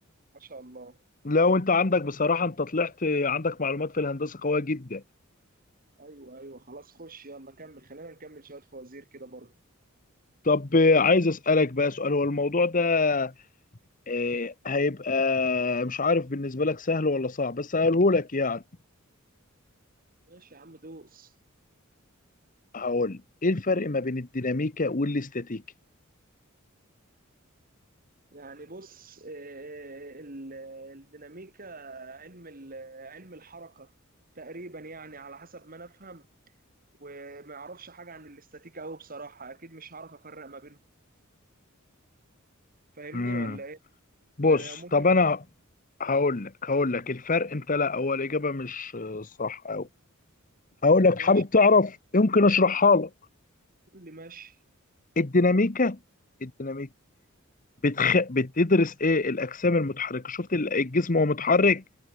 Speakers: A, on the right (about 40°); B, on the left (about 40°).
A: ما شاء الله
B: لو انت عندك بصراحة انت طلعت عندك معلومات في الهندسة قوية جدا
A: ايوه ايوه خلاص خش يلا كمل خلينا نكمل شوية فوازير كده برضه
B: طب آه، عايز اسألك بقى سؤال هو الموضوع ده إيه، هيبقى مش عارف بالنسبة لك سهل ولا صعب بس هقوله لك يعني
A: ماشي يا عم دوس
B: هقول ايه الفرق ما بين الديناميكا والاستاتيكا
A: يعني بص آه، آه، ال- الديناميكا علم ال- علم الحركة تقريبا يعني على حسب ما انا افهم وما اعرفش حاجة عن الاستاتيكا قوي بصراحة اكيد مش هعرف افرق ما بينهم فاهمني
B: امم
A: ولا ايه
B: بص
A: يعني لو ممكن
B: طب انا هقول لك هقول لك الفرق انت لا اول اجابة مش آه، صح أوي هقول لك
A: ماشي
B: حابب تعرف يمكن اشرحها لك
A: قول لي ماشي
B: الديناميكا الديناميكا بتخ... بتدرس ايه الاجسام المتحركه شفت ال- الجسم وهو متحرك